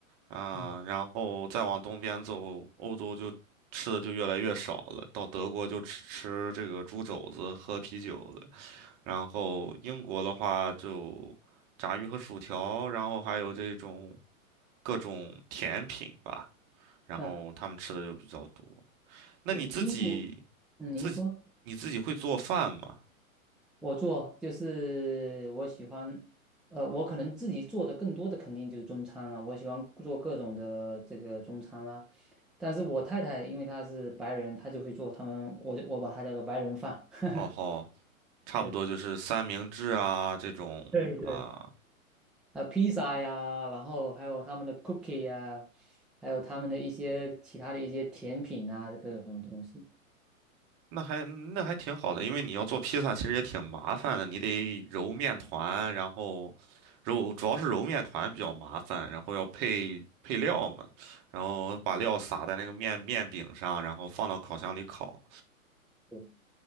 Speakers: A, on the right; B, in the centre.
A: 啊。
B: 嗯，
A: 然后再往东边走，欧洲就吃的就越来越少了，到德国就只吃这个猪肘子、喝啤酒了。然后英国的话就炸鱼和薯条，然后还有这种各种甜品吧，然后他们吃的就比较多。
B: 呃
A: 那你自己？
B: 对，英国，嗯，您说，
A: 自己你自己会做饭吗？
B: 我做就是我喜欢，呃，我可能自己做的更多的肯定就是中餐了，我喜欢做各种的这个中餐啦。但是我太太因为她是白人，她就会做他们，我就我把它叫做白人饭。<laughs>
A: 哦吼，差不多就是三明治啊这种啊，
B: 对。对对呃披萨呀，然后还有他们的 cookie 呀，还有他们的一些其他的一些甜品啊，各种东西。
A: 那还那还挺好的，因为你要做披萨其实也挺麻烦的，你得揉面团，然后揉主要是揉面团比较麻烦，然后要配配料嘛，然后把料撒在那个面面饼上，然后放到烤箱里烤，
B: 对，